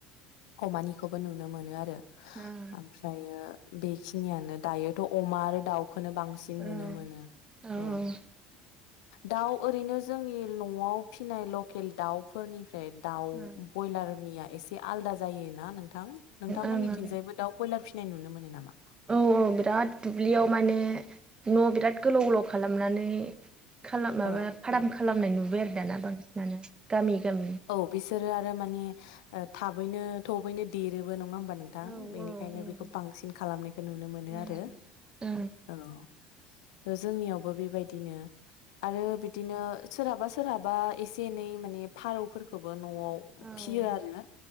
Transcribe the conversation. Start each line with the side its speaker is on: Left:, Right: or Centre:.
Left: अमानिखौबो नुनो मोनो आरो।
Right: उम
Left: ओमफ्रायो बेखिनियानो दायोथ' अमा आरो दाउ खौनो बांसिन
Right: औ
Left: नुनो मोनो
Right: ओं
Left: औ दाउ ओरैनो जोंनि न'आव फिनाय लकेल दाउफोरनि फ्राय दाउ
Right: ओं
Left: ब्रयलारनिया एसे आलदा जायोना नों थां नोंथांमोननिथिंजायबो
Right: ओं
Left: दाउ ब्रयलार फिनाय नुनो मोनो नामा?
Right: औ बिराद दुब्लियाव माने न' बिराद गोलाव गोलाव खालामनानै खालाम माबा
Left: औ
Right: फार्म खालामनाय नुबाय आरो दाना बांसिनानो गामि गामि।
Left: औ बिसोरो आरो माने ओ थाबैनो थबनो देरोबो नङा होम बा नोंथां
Right: ओं
Left: बेनिखायनो
Right: उम
Left: बेखौ बांसिन खालामनायखौ नुनो मोनो
Right: ओं
Left: आरो
Right: उम
Left: औ जोंनियावबो बेबायदिनो आरो बिदिनो सोरहाबा सोरहाबा एसे एनै माने फारौ फोरखौबो न'आव
Right: ओं
Left: फियो आरो